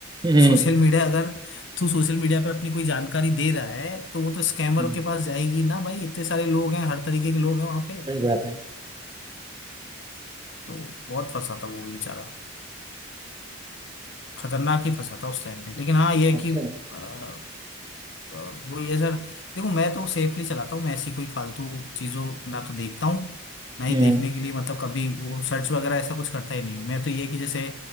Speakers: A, on the right (about 20°); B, on the left (about 55°).
A: हम्म
B: सोशल मीडिया अगर तू सोशल मीडिया पे अपनी कोई जानकारी दे रहा है तो वो तो स्कैमर
A: हम्म
B: के पास जाएगी ना भाई इतने सारे लोग हैं हर तरीके के लोग हैं वहां पे
A: सही बात है
B: तो बहुत फंसा था वो भी बेचारा खतरनाक ही फंसा था उस टाइम पे लेकिन हाँ ये है
A: अच्छा
B: कि अ, अ, वो ये सर देखो मैं तो सेफली चलाता हूँ मैं ऐसी कोई फालतू चीज़ों ना तो देखता हूँ ना ही
A: हम्म
B: देखने के लिए मतलब कभी वो सर्च वगैरह ऐसा कुछ करता ही नहीं हूँ मैं तो ये है कि जैसे